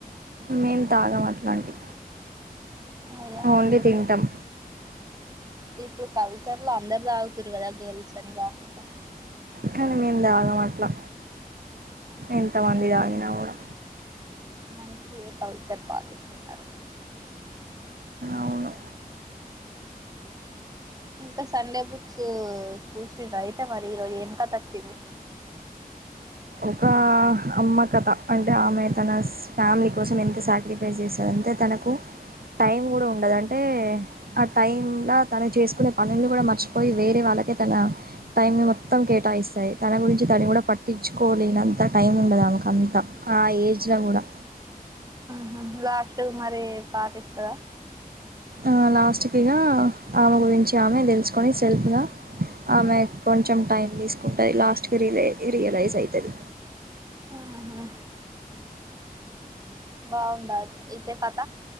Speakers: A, on the right; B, on the right.
A: మేం తాగం అట్లాంటి.
B: అయ్యా
A: ఓన్లీ
B: ఎందుకు
A: తింటాం.
B: ఇప్పుడు కల్చర్ లో అందరు తాగుతుండురు కదా గర్ల్స్ అని కాకుండా
A: కానీ మేము దాగాం అట్లా ఎంత మంది తాగిన కూడా.
B: మంచిదే పల్ చర్ పాటిస్తున్నారు
A: అవును
B: ఇంకా సండే బుక్స్ చూసిండ్రా అయితే మరి ఈరోజు ఏమి కథ వచ్చింది.
A: ఒక అమ్మ కథ అంటే ఆమె తన ఫ్యామిలీ కోసం ఎంత సాక్రిఫైస్ చేశార్. అంతే తనకు. టైం కూడా ఉండదు అంటే ఆ టైమ్ లా తను చేసుకునే పనులు కూడా మర్చిపోయి వేరే వాళ్ళ్. తకి తన టైమ్ మొత్తం కేటాయిస్తాయి తన గురించి తను కూడా పట్టి. ఇచ్చుకోలేనంత టైం ఉండదు ఆమెకు అంత ఆ ఏజ్లో కూడా.
B: ఉమ్ లాస్ట్ కు మరి పార్టీస్తవా
A: ఆ లాస్ట్ కిగ ఆమె గురించి ఆమె దెలుసుకొని సెల్ఫ్ గా ఆమె
B: ఉమ్.
A: కొంచెం టైం దీసుకుంటది. లాస్ట్కి రిలై రియలైజ్ అయితది.
B: ఆహా బాగుందా అయితే కథ